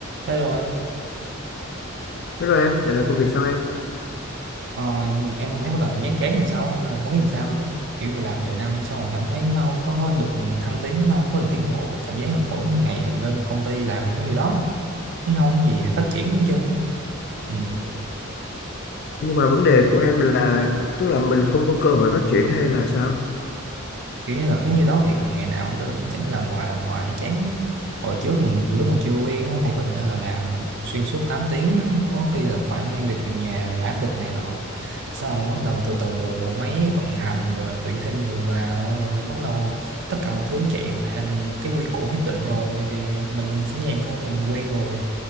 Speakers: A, on the right (about 60°); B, on the left (about 55°).
A: Hello anh,
B: Hello em, dạo này công việc sao em?
A: ờ, em thấy bắt đầu em chán chán làm sao anh ơi, không biết làm sao nữa. Kiểu là làm vài năm xong rồi cảm thấy nó không có được thăng tiến, nó không có được tiến bộ. Cảm giác là mỗi ngày lên công ty làm có nhiêu đó, nó không có gì phát triển hết trơn. Ừ.
B: Nhưng mà vấn đề của em là tức là mình không có cơ hội phát triển hay là sao?
A: kiểu như là có nhiêu đó việc ngày nào cũng lên chỉnh làm hoài làm hoài chán lắm. hồi trước mình- lúc mà chưa quen á, thì có thể là làm xuyên suốt 8 tiếng á. có khi là phải mang việc về nhà và áp lực này nọ xong bắt đầu từ từ bộ máy vận hành rồi tuyển thêm người vào rồi bắt đầu tất cả mọi thứ chạy thành một cái quy củ nhất định rồi thì mình sẽ nhàn hơn tại mình quen rồi